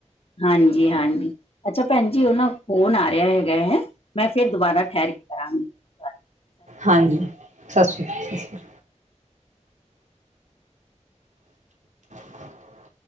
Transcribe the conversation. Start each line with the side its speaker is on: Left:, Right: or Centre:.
Left: ਹਾਂਜੀ ਹਾਂਜੀ ਅੱਛਾ ਭੈਣ ਜੀ ਉਹਨਾਂ ਫੋਨ ਆ ਰਿਹਾ ਹੈਗਾ ਹੈ ਮੈਂ ਫਿਰ ਦੁਬਾਰਾ ਠਹਿਰ ਕਰਾਂਗੀ ਗ
Right: ਹਾਂਜੀ ਸਸ ਸ਼੍ਰੀ ਅ <inaudible>